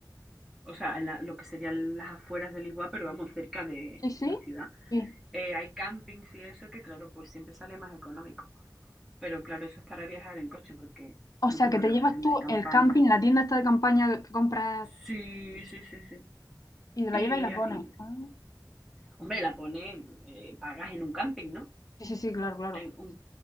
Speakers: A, in the centre; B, on the left.
A: o sea, en la- lo que serían las afueras de Lisboa, pero vamos, cerca de
B: sí,
A: la
B: sí,
A: ciudad.
B: sí.
A: Eh, hay campings y eso que, claro, pues siempre sale más económico. Pero claro, eso es para viajar en coche porque no
B: O sea,
A: te
B: que
A: va a
B: te
A: llevar
B: llevas
A: a tienda
B: tú
A: de campaña.
B: el camping, la tienda esta de campaña que compras
A: Sí, sí, sí, sí.
B: y te la
A: Y,
B: llevas y la pones.
A: y-
B: Ah,
A: hombre, la pones, eh, pagas en un camping, ¿no?
B: Sí, sí, sí, claro, claro.
A: Hay un,